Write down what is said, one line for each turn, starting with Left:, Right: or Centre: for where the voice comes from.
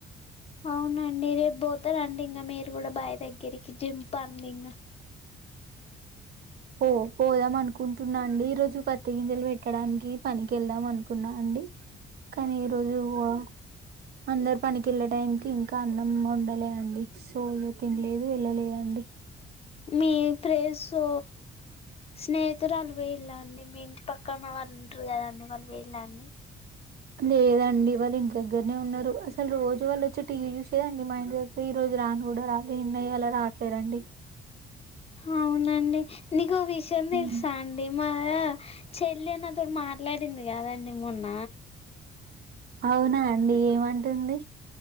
Left: అవునండి రేపు పోత రండి ఇంకా మీరు కూడా బాయ్ దగ్గరికి జింప్ అండి ఇంకా
Right: పో పోదాం అనుకుంటున్నా అండి ఈ రోజు పత్తి గింజలు పెట్టడానికి పనికి వెళ్దాం అనుకున్నా అండి కానీ ఈ రోజు పో అందరు పనికి వెళ్లే టైంకి ఇంకా అన్నం వండలే అండి సో ఇ తినలేదు వెళ్ళలేదండి
Left: మీ ఫ్రెస్సు స్నేహితురాళ్లు వేఇల్ళండి మీ ఇంటి పక్కన వాళ్ళు ఉంటారు కదాండి వాలు వేఇల్ళండి
Right: లేదండి వాళ్ళ ఇంటి దగ్గరనే ఉన్నరు అసలు రోజు వాళ్ళ వచ్చి టీవీ చూసేదండి మా ఇంటి దగ్గర ఈ రోజు రాని కూడా రాలే ఎన్నయ్య ఇలా రాట్లేరండి
Left: అవునండి నీకొ విషయం తెలుసా
Right: ఉమ్.
Left: అండి మా చెల్లి నా తోడు మాట్లాడింది కదండి మొన్న
Right: అవునా ఏమంటుంది